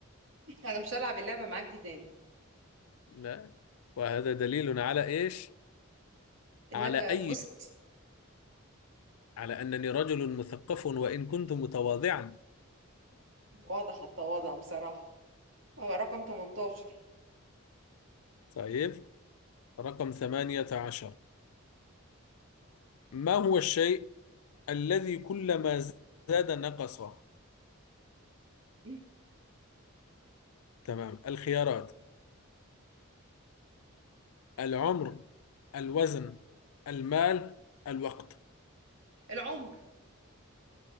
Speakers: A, on the right; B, on the left.
A: <laughs> أنا مش هلعب اللعبة معاك دي تاني
B: لا وهذا دليل على إيش؟
A: إنك
B: على أي
A: فزت
B: على أنني رجل مثقف وإن كنت متواضعا
A: واضح التواضع بصراحة هو رقم 18
B: طيب رقم 18 ما هو الشيء الذي كلما زاد نقص
A: <laughs>
B: تمام الخيارات العمر الوزن المال الوقت
A: العمر